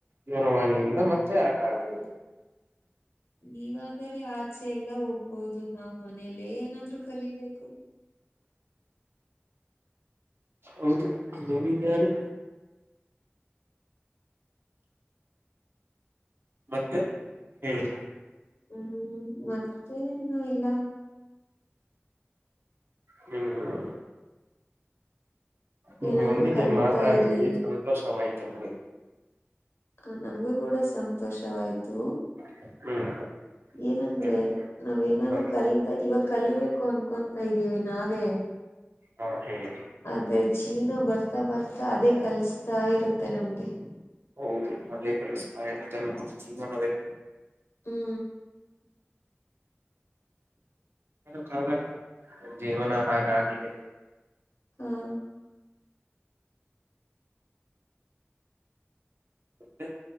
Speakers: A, on the right; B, on the left.
A: ದೂರವಾಣಿಯಿಂದ ಮತ್ತೆ ಆಟ ಆಡುವುದು
B: ನೀವಾದರೆೆ ಆಚೆ ಎಲ್ಲಾ ಹೋಗ್ಬೋದು ನಾವ್ ಮನೇಲೆ ಏನಾದ್ರು ಕಲಿಬೇಕು
A: ಹೌದು ಅದು ನಿಜ ರಿ ಮತ್ತೆ ಹೇಳಿ
B: ಹ್ಮ್ಂ ಮತ್ತೇನು ಇಲ್ಲ
A: ಹ್ಮೂಹ್ಮ್ ನಿಮ್ಮೊಂದಿಗೆ
B: ಏನಾದ್ರು ಕಲಿತಾ
A: ಮಾತಾಡಿ
B: ಇರಿ
A: ಸಂತೋಷವಾಯ್ತು ನನಗೆ
B: ಹ ನಂಗೂ ಕೂಡ ಸಂತೋಷವಾಯ್ತು
A: ಹ್ಮ್
B: ಏನಂದ್ರೆ
A: ಹೇಳಿ
B: ನಾವೇನಾದ್ರು
A: ಹ
B: ಕಲಿತಾ ಇವತ್ ಕಲಿಬೇಕು ಅನ್ಕೊಂತ ಇದ್ದೀವಿ ನಾವೇ
A: ಹಾ ಹೇಳಿ
B: ಅದೇ ಜೀವ್ನ ಬರ್ತಾ ಬರ್ತಾ ಅದೇ ಕಲ್ಸ್ತಾ ಇರುತ್ತೆ ನಮ್ಗೆ
A: ಹೌದು ಅದೇ ಕಲಿಸ್ತಾ ಇರುತ್ತೆ ನಮಗೆ ಜೀವನವೇ
B: ಹ್ಮೂ
A: ಕ್ಕಾಗಲ್ಲ ನಮ್ ಜೀವನ ಹಾಗಾಗಿದೆ
B: ಹ್ಮು
A: ಮತ್ತೆ